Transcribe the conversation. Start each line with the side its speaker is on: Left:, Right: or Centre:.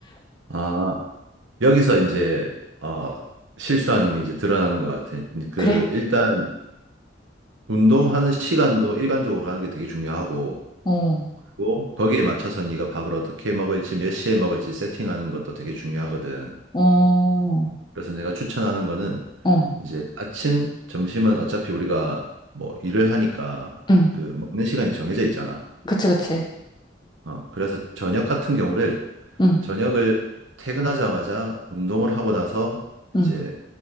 Right: 아, 여기서 이제 어, 실수하는 게 이제 드러나는 것 같아. 그
Left: 그래?
Right: 일단 운동하는 시간도 일관적으로 하는 게 되게 중요하고
Left: 어,
Right: 그리고 거기에 맞춰서 네가 밥을 어떻게 먹을지 몇 시에 먹을지 세팅하는 것도 되게 중요하거든.
Left: 어,
Right: 그래서 내가 추천하는 거는
Left: 어,
Right: 이제 아침, 점심은 어차피 우리가 뭐 일을 하니까
Left: 응,
Right: 그 먹는 시간이 정해져 있잖아.
Left: 그치, 그치,
Right: 어, 그래서 저녁 같은 경우를
Left: 응,
Right: 저녁을 퇴근하자마자 운동을 하고 나서
Left: 응.
Right: 이제